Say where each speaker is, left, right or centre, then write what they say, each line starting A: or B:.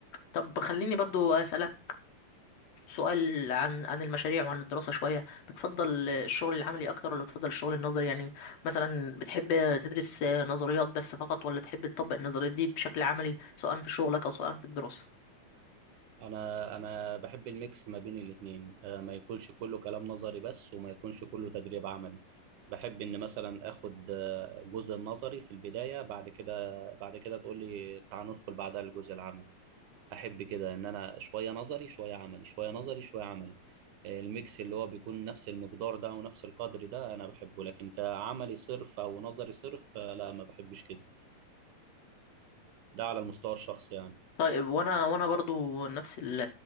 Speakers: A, on the left (about 60°); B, on the right (about 75°).
A: طب خليني برضو اسالك سؤال عن عن المشاريع وعن الدراسه شويه بتفضل الشغل العملي اكتر ولا بتفضل الشغل النظري يعني مثلا بتحب تدرس نظريات بس فقط ولا تحب تطبق النظريات دي بشكل عملي سواء في شغلك او سواء في الدراسه
B: انا انا بحب الميكس ما بين الاثنين آه، ما يكونش كله كلام نظري بس وما يكونش كله تدريب عملي بحب ان مثلا اخد آه، جزء النظري في البدايه بعد كده بعد كده تقول لي تعال ندخل بعدها الجزء العملي احب كده ان انا شويه نظري شويه عملي شويه نظري شويه عملي آه، الميكس اللي هو بيكون نفس المقدار ده ونفس القدر ده انا بحبه لكن كعملي صرف او نظري صرف آه، لا ما بحبش كده ده على المستوى الشخصي يعني
A: طيب وانا وانا برضو نفس ال